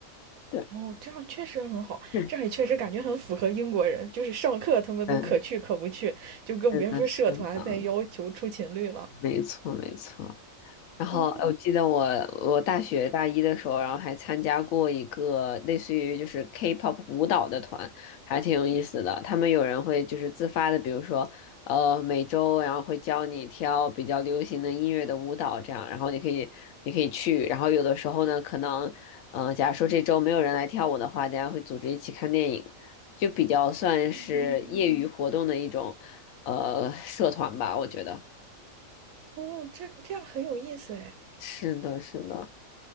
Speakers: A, on the left; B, on the right.
A: 对，
B: 哦，这样确实很好，
A: <laughs>
B: 这样也确实感觉很符合英国人，就是上课他们都可去可不去，
A: 嗯，嗯
B: 就更别说社团再要求出勤率了。
A: 是的，是的。没错，没错。然后呃我记得我我大学大一的时候，
B: 哦，
A: 然后还参加过一个类似于就是 K-pop 舞蹈的团，还挺有意思的。他们有人会就是自发的，比如说呃每周，然后会教你跳比较流行的音乐的舞蹈，这样，然后你可以你可以去。然后有的时候呢，可能嗯、呃假如说这周没有人来跳舞的话，大家会组织一起看电影，就比较算是业余活动的一种呃社团吧，
B: 嗯，
A: 我觉得。
B: 哦，这这样很有意思哎
A: 是的，是的。